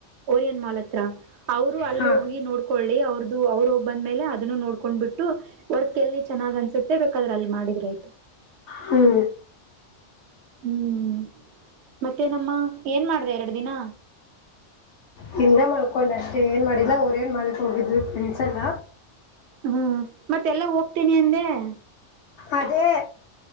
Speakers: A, on the right (about 70°); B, on the left (about 70°).
A: ಓರಿಯನ್ ಮಾಲ್ ಹತ್ರ ಅವ್ರು ಅಲ್ಲಿ
B: ಹಾಂ
A: ಹೋಗಿ ನೋಡ್ಕೊಳ್ಳಿ ಅವ್ರದು ಅವರು ಬಂದ್ಮೇಲೆದು ನೋಡ್ಕೊಂಡ್ ಬಿಟ್ಟು ವರ್ಕ್ ಎಲ್ಲಿ ಚೆನ್ನಾಗ್ ಅನ್ಸುತ್ತೆ ಬೇಕಾದ್ರೆ ಅಲ್ಲಿ ಮಾಡಿದ್ರ ಆಯ್ತು
B: ಹ್ಞೂ
A: ಹ್ಮ್ ಮತ್ತೆ ನಮ್ಮ ಏನ್ ಮಾಡ್ದ ಎರಡು ದಿನ
B: ತಿಂದ ಮಲ್ಕೊಂಡು ಅಷ್ಟೇ ಏನು ಮಾಡಿಲ್ಲ ಓರಿಯನ್ ಮಾಲ್ ಗೆ ಹೋಗಿದ್ವಿ ಫ್ರೆಂಡ್ಸ್ ಎಲ್ಲ
A: ಹ್ಮ ಮತ್ತೆಲ್ಲ ಹೋಗ್ತೀನಿ ಅಂದೆ ಹ
B: ಅದೇ